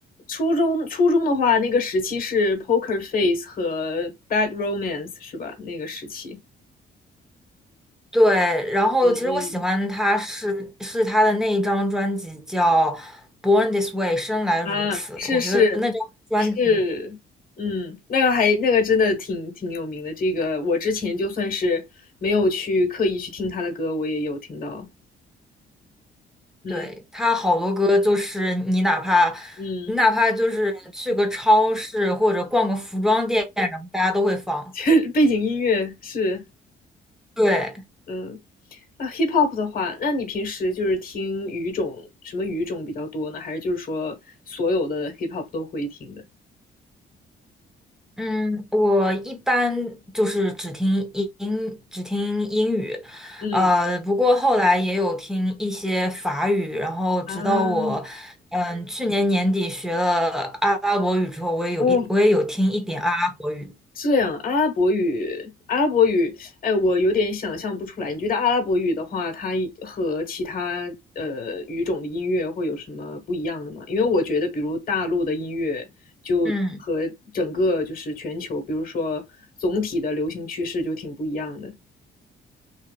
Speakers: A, on the left (about 45°); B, in the centre.
A: 初中初中的话，那个时期是 Poker Face 和 Bad Romance 是吧？那个时期，
B: 对。然后其实我喜欢他是是他的那一张专辑叫
A: 嗯嗯，
B: 《Born This Way》，生来如此。
A: 啊，是是
B: 我觉得那张专辑，
A: 是，嗯，那个还那个真的挺挺有名的，这个我之前就算是没有去刻意去听他的歌，我也有听到，嗯
B: 对，他好多歌就是你哪怕。
A: 嗯，
B: 你哪怕就是去个超市或者逛个服装店，然后大家都会放。
A: <laughs> 实背景音乐是，
B: 对，
A: 嗯。啊，hip hop 的话，那你平时就是听语种，什么语种比较多呢？还是就是说所有的 hip hop 都会听的？
B: 嗯，我一般就是只听英，只听英语，
A: 嗯，
B: 呃，不过后来也有听一些法语，然后直到我，
A: 啊，
B: 嗯，去年年底学了阿拉伯语之后，我也有一，
A: 哦，
B: 我也有听一点阿拉伯语，
A: 这样，阿拉伯语，阿拉伯语，哎，我有点想象不出来。你觉得阿拉伯语的话，它和其他呃语种的音乐会有什么不一样的吗？因为我觉得，比如大陆的音乐，就和整个就是全球，
B: 嗯。
A: 比如说总体的流行趋势就挺不一样的。